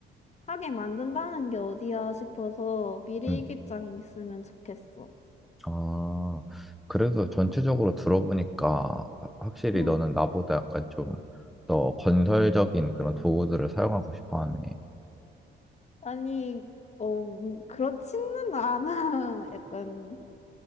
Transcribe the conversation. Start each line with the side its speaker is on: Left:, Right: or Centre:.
Left: 하게 만든다는 게 어디야 싶어서 미리
Centre: 응.
Left: 일기장 있으면 좋겠어.
Centre: 아, 그래서 전체적으로 들어보니까 확실히
Left: 응.
Centre: 너는 나보다 약간 좀 더 건설적인 그런 도구들을 사용하고 싶어 하네.
Left: 아니, 어, 음, 그렇지는 않아. <laughs> 약간.